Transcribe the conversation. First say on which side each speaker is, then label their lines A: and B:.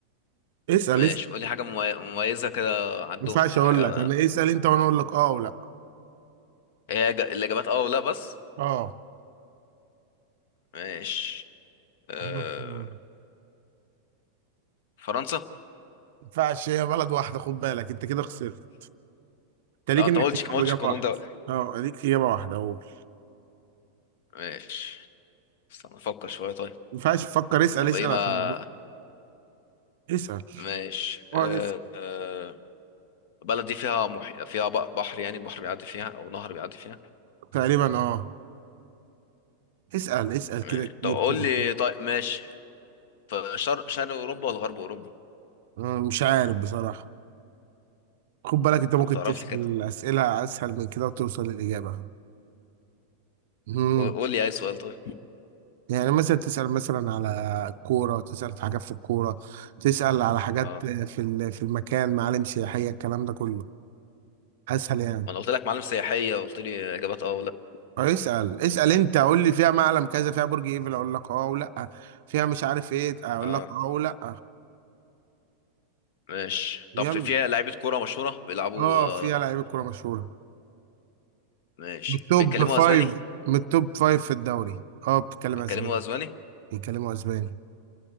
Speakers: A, on the right; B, on the left.
A: اسأل
B: ماشي
A: اسأل
B: قول لي حاجة ممي- مميزة كده عندهم
A: ما ينفعش
B: يعني
A: أقول
B: حاجة
A: لك أنا اسأل أنت وأنا أقول لك أه ولا
B: هي إج- الإجابات اه ولا بس
A: أه
B: ماشي آه،
A: <laughs>
B: فرنسا
A: ما ينفعش هي بلد واحدة خد بالك أنت كده خسرت أنت
B: لا
A: ليك
B: انت
A: إنك
B: ما قلتش
A: تجاوب
B: ما قلتش
A: إجابة
B: القانون
A: واحدة
B: ده بقى
A: أه ليك إجابة واحدة أقول ما
B: ماشي استنى افكر شويه طيب
A: ينفعش تفكر اسأل
B: طب
A: اسأل
B: ايه ما
A: عشان اسأل
B: ماشي آه،
A: اقعد اسأل
B: آه، البلد دي فيها مح... فيها بق- بحر يعني البحر بيعدي فيها او نهر بيعدي فيها
A: تقريبا اه اسأل اسأل
B: ماشي.
A: كده كتير
B: طب قول
A: كده
B: لي طيب ماشي في شرق شرق اوروبا ولا غرب اوروبا
A: أنا مش عارف بصراحة خد بالك انت ممكن
B: طب ما تعرف
A: تسأل
B: لي كده
A: أسئلة أسهل من كده وتوصل للإجابة امم
B: قول قول لي اي سؤال طيب
A: يعني مثلا تسأل مثلا على كورة تسأل في حاجات في الكورة تسأل على حاجات
B: اه
A: في ال- في المكان معالم سياحية الكلام ده كله أسهل يعني
B: ما انا قلت لك معالم سياحيه قلت لي اجابات اه ولا
A: أو اسأل اسأل أنت قول لي فيها معلم كذا فيها برج إيفل أقول لك أه ولا فيها مش عارف إيه أقول
B: اه
A: لك أه ولا
B: ماشي
A: يلا
B: طب في- فيها لعيبه كوره مشهوره بيلعبوا
A: أه
B: آه.
A: فيها لعيبة كورة مشهورة
B: ماشي
A: من التوب
B: بيتكلموا
A: فايف
B: اسباني
A: من التوب فايف في الدوري اه بتتكلم
B: بيتكلموا
A: اسباني
B: اسباني
A: بيتكلموا اسباني